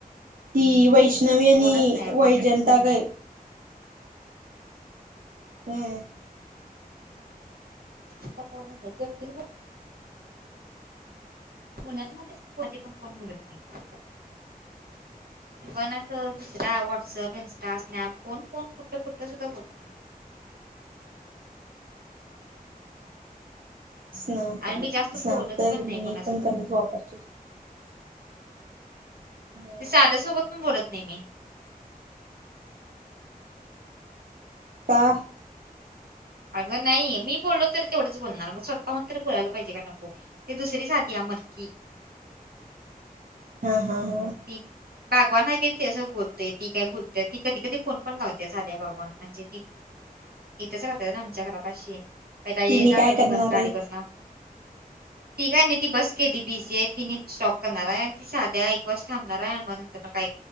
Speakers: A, on the right (about 65°); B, on the right (about 80°).
A: ती वैष्णवी आणि
B: कोणच नाही कॉन्टॅक्ट
A: वैजंता
B: कोण नाही
A: गाय हम्म.
B: <unintelligible> पुण्यानंमध्ये कधी पण कोण बोलत नाही.
A: <inaudible>
B: म्हणत अ, दुसऱ्या व्हॉट्सअप, इंस्टा, स्नॅप, कोण कोण, कुठं कुठं, सुद्धा बोलत.
A: स्नॅप,
B: आणि मी जास्त
A: स्नॅप
B: बोलत
A: तर
B: पण नाही
A: मी
B: कोणासोबत
A: पण कमीच वापरतोय. हो.
B: ते शारदा सोबत पण बोलत नाही मी.
A: का.
B: अगं नाही मी बोललो तरी तेवढंच बोलणार मग स्वतःहून तरी बोलायला पाहिजे का नको? ते दुसरीच आधी आ मरकी
A: हा हा हा.
B: की. बागवान आहे की तीच्या सोबत बोलतोय, ती काय बोलत्या ती कधी कधी फोन पण लावत्या सादीया बागवान म्हणजे ती
A: <inaudible>
B: इथंच राहताय ना आमच्या घरापाशी, पहिला ये
A: तिने
B: जा
A: काय
B: करत
A: करणार
B: होतत गाडीवरनं.
A: आहेत?
B: ती काय निधी ती बस केली बीजीऐ, ति नीट स्टॉप करणाराय आणि ती सादीया एक वर्ष थांबणार आहे आणि मगर काय